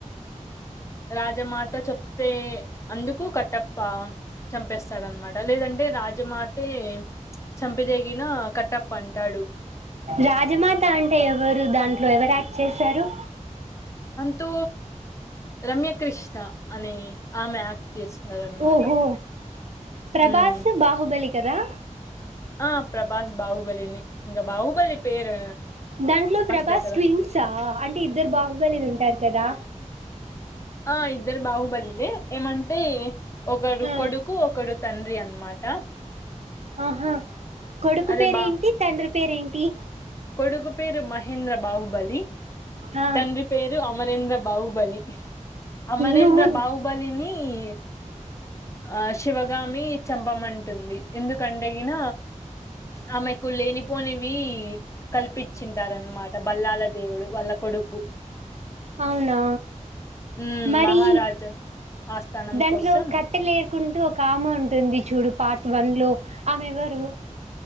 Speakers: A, on the left; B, on the right.
A: రాజమాత చెప్తే అందుకు కట్టప్ప చంపేస్తాడన్మాట లేదంటే రాజమాతే చంపిదే గిన కట్టప్ప అంటాడు
B: రాజమాత అంటే ఎవరు దాంట్లో ఎవరు యాక్ట్ చేశారు
A: తూ రమ్యకృష్ణ అనే ఆమె చేస్తారనమాట
B: ఓహో ప్రభాస్
A: ఉమ్
B: బాహుబలి కదా
A: ఆ ప్రభాస్ బాహుబలిని ఇంక బాహుబలి పేరు
B: దాంట్లో ప్రభాస్
A: దే కదా
B: ట్విన్సా అంటే ఇద్దరు బాహుబలిలు ఉంటారు కదా
A: ఆ ఇద్దరు బాహుబలిలే ఏమంటే ఒకడు
B: ఆ
A: కొడుకు ఒకడు తండ్రి అన మాట
B: ఆహా కొడుకు
A: అదే
B: పేరు
A: బా
B: ఏంటి తండ్రి పేరేంటి
A: కొడుకు పేరు మహేంద్ర బాహుబలి
B: ఆ
A: తండ్రి పేరు అమరేంద్ర బాహుబలి అమరేంద్ర
B: నువ్వు
A: బాహుబలిని ఈ ఆ శివ గామి చంపమంటుంది ఎందుకంటే గిన ఆమెకు లేనిపోనివి కల్పించింటారనమాట బల్లాల దేవుడు వాల్ల కొడుకు
B: అవునా
A: ఉమ్
B: మరి
A: మహారాజా ఆస్థానం
B: దాంట్లో
A: కోసం
B: కట్టెలేరుకుంటూ ఒక ఆమె ఉంటుంది చూడు పార్ట్ వన్లో ఆమెవరు